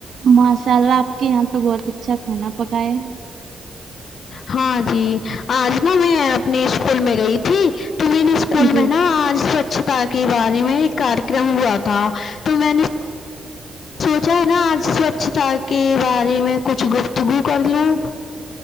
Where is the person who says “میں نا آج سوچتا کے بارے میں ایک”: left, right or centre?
Left